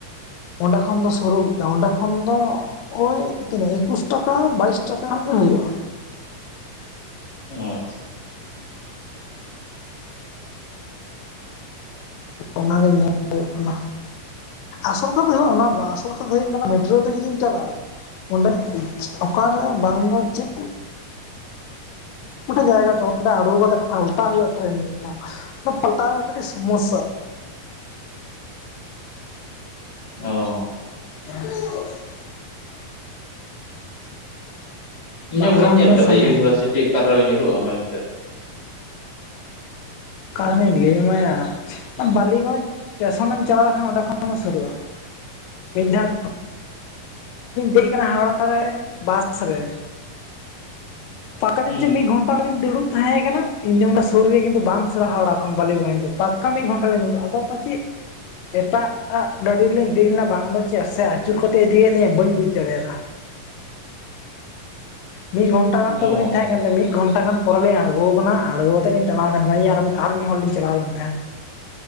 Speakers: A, on the left; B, on the left.
A: ᱚᱸᱰᱮ ᱠᱷᱚᱱ ᱫᱚ ᱥᱩᱨᱩᱜ ᱜᱮᱭᱟ᱾ ᱚᱸᱰᱮ ᱠᱷᱚᱱ ᱫᱚ ᱳᱭ ᱛᱤᱱᱟᱹᱜ ᱮᱠᱩᱥ ᱴᱟᱠᱟ ᱵᱟᱭᱤᱥ ᱴᱟᱠᱟ ᱦᱩᱭᱩᱜ-ᱟ᱾
B: ᱚᱻ ᱟᱪᱪᱷᱟ᱾
A: ᱚᱱᱟᱜᱮ ᱧᱮᱞ ᱦᱩᱭᱩᱜ ᱠᱟᱱᱟ᱾ ᱟᱥᱚᱞ ᱠᱟᱛᱷᱟ ᱫᱚ ᱦᱩᱭᱩᱜ ᱠᱟᱱᱟ ᱚᱱᱟ ᱫᱚ ᱵᱟᱝ ᱟᱥᱚᱞ ᱠᱟᱛᱷᱟ ᱫᱚ ᱦᱩᱭᱩᱜ ᱠᱟᱱᱟ ᱢᱮᱴᱨᱳ ᱛᱮ ᱡᱩᱫᱤᱢ ᱪᱟᱞᱟᱜᱼᱟ ᱚᱸᱰᱮ ᱚᱠᱟᱨᱮ ᱵᱟᱝ ᱫᱚ ᱪᱮᱫ <unintelligible> ᱡᱟᱭᱜᱟ ᱪᱚ ᱚᱸᱰᱮ ᱟᱬᱜᱚ ᱠᱟᱛᱮᱜ ᱯᱟᱞᱴᱟᱣ ᱦᱩᱭᱩᱜᱳᱼᱟ ᱴᱨᱮᱱ ᱢᱤᱫ ᱫᱷᱟᱣ ᱯᱟᱞᱴᱟᱣ ᱨᱮᱭᱟᱜ ᱠᱟᱹᱴᱤᱡ ᱥᱚᱢᱚᱥᱥᱟ᱾
B: ᱚᱻ᱾
A: <inaudible>
B: ᱤᱧ
A: ᱵᱟᱠᱷᱟᱱ
B: ᱦᱚᱸ ᱵᱟᱹᱧ ᱧᱮᱞ
A: ᱫᱚ
B: ᱠᱟᱫᱟ
A: ᱥᱚᱢᱚᱭ
B: ᱤᱭᱩᱱᱤᱵᱷᱟᱨᱥᱤᱴᱤ ᱚᱠᱟᱨᱮ ᱧᱩᱨᱩᱜᱼᱟ ᱢᱮᱱᱛᱮ᱾
A: ᱚᱠᱟᱨᱤᱧ ᱞᱟᱹᱭ ᱟᱢᱟᱭᱟ ᱵᱟᱞᱤᱜᱚᱸᱡᱽ ᱴᱮᱥᱚᱱᱮᱢ ᱪᱟᱞᱟᱣ ᱞᱮᱠᱷᱟᱱ ᱚᱸᱰᱮ ᱠᱷᱚᱱ ᱜᱮ ᱥᱩᱨᱩᱜᱼᱟ᱾ ᱢᱤᱫ ᱫᱷᱟᱱ <inaudible> ᱫᱮᱡ ᱠᱟᱱᱟ ᱦᱟᱣᱲᱟ ᱨᱮ ᱵᱟᱥ ᱨᱮ᱾ ᱯᱟᱠᱟ ᱡᱟᱱᱤᱡ
B: ᱦᱩᱸ
A: ᱪᱚᱝ ᱢᱤᱫ ᱜᱚᱱᱴᱟ ᱜᱟᱱᱤᱧ ᱫᱩᱲᱩᱵ ᱛᱟᱦᱮᱸ ᱠᱟᱱᱟ ᱤᱧ ᱫᱚ ᱚᱸᱰᱮ ᱥᱩᱨ ᱜᱮ ᱠᱤᱱᱛᱩ ᱵᱟᱝ ᱥᱩᱨᱟ ᱦᱟᱣᱲᱟ ᱠᱷᱚᱱ ᱵᱟᱞᱤᱜᱚᱱᱡ ᱫᱚ ᱯᱟᱠᱠᱟ ᱢᱤᱫ ᱜᱷᱚᱱᱴᱟ ᱞᱮ ᱫᱩᱲᱩᱵ ᱟᱫᱚ ᱯᱟᱪᱮᱫ ᱮᱴᱟᱜᱼᱟᱜ ᱜᱟᱹᱰᱤ ᱞᱮᱨᱤᱧ ᱫᱮᱡ ᱮᱱᱟ ᱵᱟᱝ ᱫᱚ ᱪᱮᱫ ᱥᱮ ᱟᱹᱪᱩᱨ ᱠᱟᱛᱮ ᱤᱫᱤᱭᱮᱫ ᱞᱤᱧᱟᱹ ᱵᱟᱹᱧ ᱵᱩᱡᱽ ᱫᱟᱲᱮᱭᱟᱫᱟ᱾ ᱢᱤᱫ ᱜᱷᱚᱱᱴᱟ ᱜᱟᱱ ᱛᱚᱵᱮᱞᱤᱧ
B: ᱚ
A: ᱛᱟᱦᱮᱸ ᱠᱟᱱ ᱫᱚ ᱢᱤᱫ ᱜᱷᱚᱱᱴᱟ ᱜᱟᱱ ᱯᱚᱨᱮᱞᱤᱧ ᱟᱬᱜᱚ ᱠᱟᱱᱟ ᱟᱬᱜᱚ ᱠᱟᱛᱮᱫ ᱞᱤᱧ ᱛᱟᱲᱟᱢ <unintelligible> ᱤᱧ ᱟᱨ ᱢᱤᱫ ᱦᱚᱲ ᱞᱤᱧ ᱪᱟᱞᱟᱣ ᱞᱮᱱ ᱛᱟᱦᱮᱸᱫ᱾